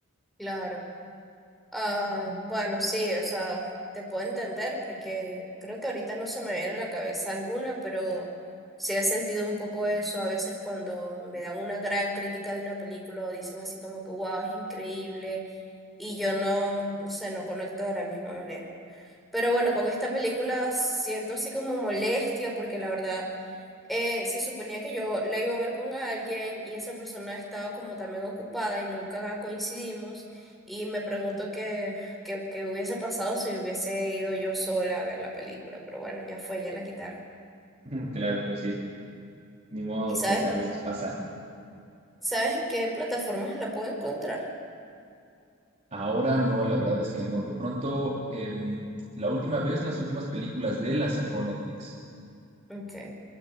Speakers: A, in the centre; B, on the right.
A: Claro. ah bueno, sí, o sea, te puedo entender porque creo que ahorita no se me viene a la cabeza alguna, pero sí he sentido un poco eso a veces cuando me dan una gran crítica de una película o dicen así como que wow, es increíble y yo no, no sé, no conecto de la misma manera. Pero bueno, con esta película siento así como molestia porque la verdad eh, se suponía que yo la iba a ver con alguien y esa persona estaba como también ocupada y nunca coincidimos y me pregunto qué qué- qué hubiese pasado si hubiese ido yo sola a ver la película, pero bueno, ya fue, ya la quitaron.
B: <laughs> Claro, pues sí, ni modo,
A: ¿Y sabes,
B: pues a veces pasa.
A: sabes en qué plataformas la puedo encontrar?
B: Ahora no, la verdad es que no. De pronto, em, la última vez, las últimas películas de él las sacó Netflix.
A: Ok,